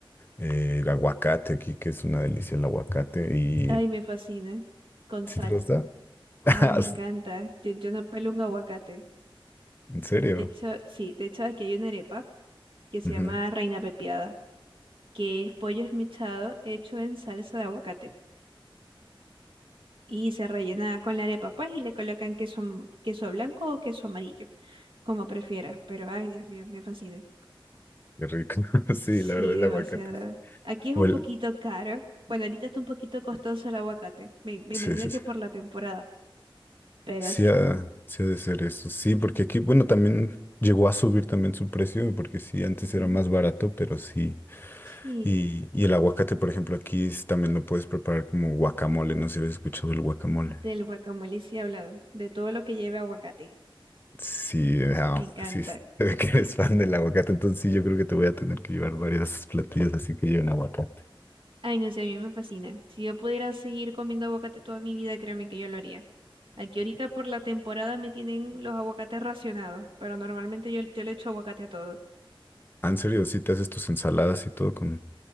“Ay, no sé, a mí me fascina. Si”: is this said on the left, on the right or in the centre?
Right